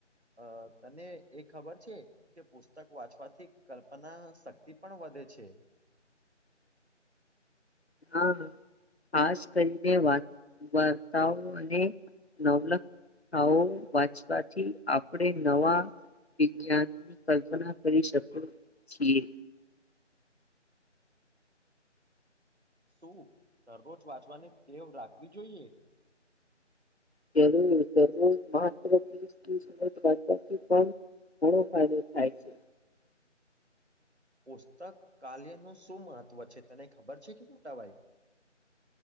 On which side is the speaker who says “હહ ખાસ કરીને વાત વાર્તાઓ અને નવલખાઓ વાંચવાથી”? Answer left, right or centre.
Left